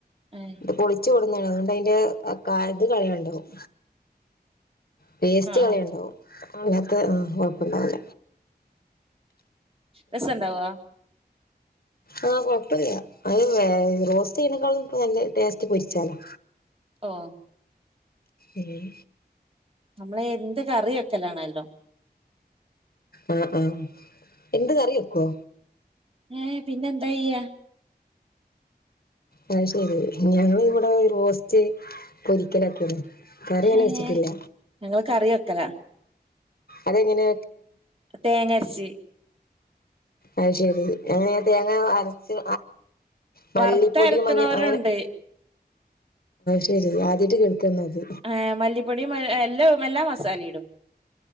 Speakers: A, on the right; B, on the left.
A: ആ
B: ഇത് പൊളിച്ചു കൊടുന്നതാണ് അതുകൊണ്ട് അതിറെ ഇത് കളുണ്ടാവും പേസ്റ്റ് കളിയുണ്ടാവും
A: ആ
B: അങ്ങത്തെ കൊഴപ്പുണ്ടാവല
A: രസുണ്ടാവവാ
B: ആഹ കൊഴപ്പമില്ല അത് റോസ്റ്റ് ചെയ്യതിനേക്കാളും ഇ നല്ല ടേസ്റ്റ് പൊരിച്ചാലോ
A: ആഹ
B: ഉം
A: നമ്മള എന്ത് കറി വെക്കലാണല്ലോ
B: ആഹ ആഹ എന്ത് കറി വെക്കുവ
A: ഏ പിന്നെ എന്താ ചെയ്യ
B: അഹ ശരി ഞങ്ങ ഇവിടെ റോസ്റ്റ് പൊരിക്കലൊക്കെയാണ് കറിങ്ങനെ
A: ഏ
B: വെച്ചിട്ടില്ല
A: ഞങ്ങള് കറി വെക്കലാ
B: അതെങ്ങനെ
A: തേങ്ങർച്ചി
B: അത് ശരി അങ്ങന തേങ്ങ അരച്ച് മല്ലിപ്പൊടിയും
A: വറുത്തരക്കണോരുണ്ട്
B: മഞ്ഞ അങ്ങനെ ശരി ആദ്യട്ട് കൾക്കന്നത്
A: ഏ മല്ലിപ്പൊടി എല്ലാം എല്ലാ മസാലയും ഇടും